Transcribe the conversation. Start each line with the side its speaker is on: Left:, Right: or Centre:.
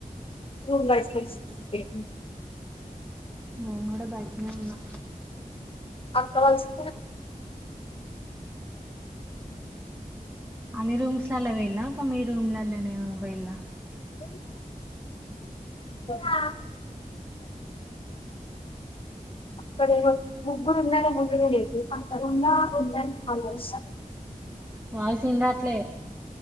Left: రూమ్ బైటికి వచ్చి ఏం
Right: నేను కూడా బయటనే ఉన్నా
Left: అక్కవల్సి
Right: అన్ని రూమ్స్ల వెేళ్ళా ఒక మీ రూమ్లలోనే వెేళ్ళా
Left: <unintelligible> ఆ అక్కడ ముగ్గురు ఉన్నా పక్క రూమ్లు ఉండని మళ్ళ ఆస్తా
Right: వాయిస్నరాట్లే